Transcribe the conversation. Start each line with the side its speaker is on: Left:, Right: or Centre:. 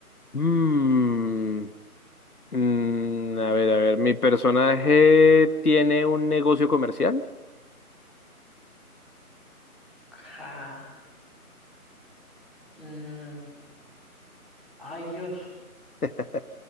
Left: Mm, mm, a ver, a ver. Mi personaje tiene un negocio comercial.
Centre: Ajá. Mm, ay, Dios.
Left: <laughs>